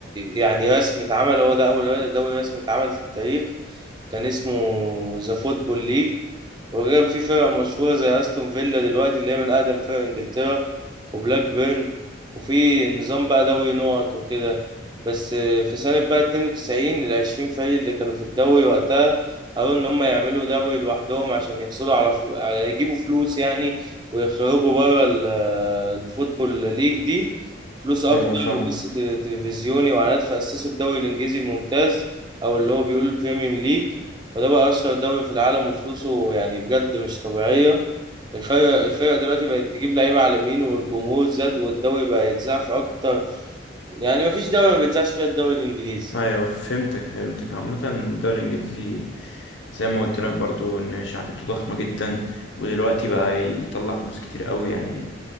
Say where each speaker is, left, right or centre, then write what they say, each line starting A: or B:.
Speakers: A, on the right; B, on the left.
A: آه، يعني رسمي اتعمل هو ده أول دوري رسمي اتعمل في التاريخ كان اسمه ذا فوتبول ليج وكان في فرق مشهورة زي أستون فيلا دلوقتي اللي هي من أقدم فرق إنجلترا وبلاك بيرن وفي نظام بقى دوري نقط وكده بس آه، في سنة بقى 92 العشرين فريق اللي كانوا في الدوري وقتها قالوا إن هم يعملوا دوري لوحدهم عشان يحصلوا على فلو... على- يجيبوا فلوس يعني ويخرجوا بره ال- آه، الفوتبول ليج دي فلوس أكتر
B: أيوة فاهم
A: وبث تلفزيوني وإعلانات فأسسوا الدوري الإنجليزي الممتاز أو اللي هو بيقول البريمير ليج وده بقى أشهر دوري في العالم وفلوسه يعني بجد مش طبيعية الفرق الفرق دلوقتي بقت تجيب لعيبة على اليمين والجمهور زاد والدوري بقى يتذاع في أكتر يعني مفيش دولة ما بيتذاعش فيها الدوري الإنجليزي
B: أيوة فهمتك فهمتك عامة الدوري الإنجليزي زي ما قلت لك برضو إن شعبيته ضخمة جدا ودلوقتي بقى يطلع فلوس كتير قوي يعني